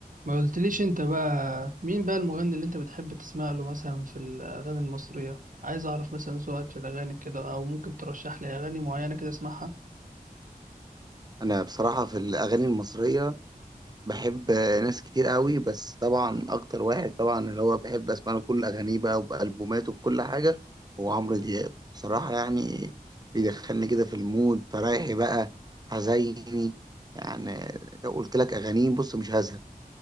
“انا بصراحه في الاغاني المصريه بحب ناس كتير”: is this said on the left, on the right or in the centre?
Right